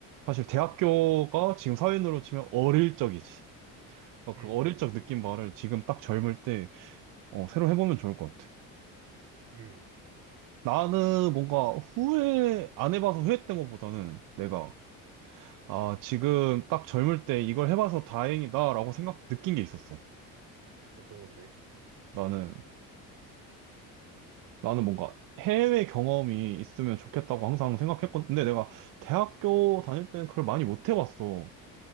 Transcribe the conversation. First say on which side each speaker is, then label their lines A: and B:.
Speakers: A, on the right; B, on the right.
A: 사실 대학교가 지금 사회인으로 치면 어릴 적이지. 그러니까
B: 응,
A: 그 어릴
B: 응,
A: 적 느낀 말을 지금 딱 젊을 때, 어, 새로 해보면 좋을 것 같아.
B: 응.
A: 나는 뭔가 후회, 안 해봐서 후회했던 것보다는 내가, 아, 지금 딱 젊을 때 이걸 해봐서 다행이다라고 생각, 느낀 게 있었어.
B: 어떤 건데?
A: 나는, 나는 뭔가 해외 경험이 있으면 좋겠다고 항상 생각했건, 근데 내가 대학교 다닐 때는 그걸 많이 못 해봤어.